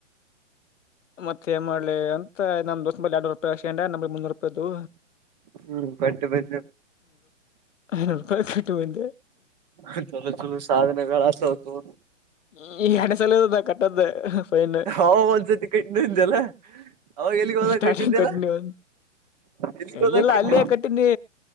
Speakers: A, on the left; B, on the right.
A: ಮತ್ತೆ ಏ ಮಾಡ್ಲಿ ಅಂತ ನಮ್ಮ ದೋಸ್ತ್ ಮೇಲೆ ಎರಡುೂರು ರೂಪಾಯಿ ಹಾಕಶಿಕಂಡ ನಮ್ ಮುನ್ನೂರು ರೂಪಾಯಿ ಅದು
B: ಹ್ಮ್ ಗಟ್ಟೆ ಬಿಡ
A: ಐನೂರು ರೂಪಾಯಿ ಕಟ್ಟಿ ಬಂದೆ
B: ನಿನ್ ಚಲೋ ಚಲೋ ಸಾಧನೆಗಳಾಸತಾವ ತೋ
A: ಹ್ಮ ಎಡನೆ ಸಲ ಇದ ಕಟ್ಟ್ದ ಫೈನ್,
B: ಅವ ಒಂದ್ಸತಿ ಕಟ್ಟಿದ್ದಲ್ಲ ಅವಾಗ ಎಲ್ಲಿಗ್ ಹೋದಾಗ
A: ಸ್ಟಾರ್ಟಿಂಗ್
B: ಕಟ್ಟಿದ್ದಲ್ಲ
A: ಕಟ್ನಿ ಒಂದು
B: ಎಲ್ಲಿಗ್
A: ಎಲ್ಲೆಲ್ಲ
B: ಹೋದಾಗ ಕಟ್ಟಿ
A: ಅಲ್ಲೇ ಕಟ್ನಿ